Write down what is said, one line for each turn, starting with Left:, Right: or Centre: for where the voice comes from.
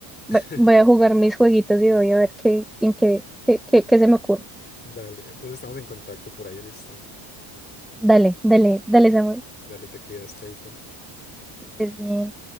Centre: Va-
Left: <laughs>
Centre: Voy a jugar mis jueguitos y voy a ver qué, en qué, qué, qué, qué se me ocurre.
Left: Dale, entonces estamos en contacto por ahí, listo.
Centre: Dale, dale, dale, Samuel.
Left: Dale, te cuidas, chaito.
Centre: Que estés bien.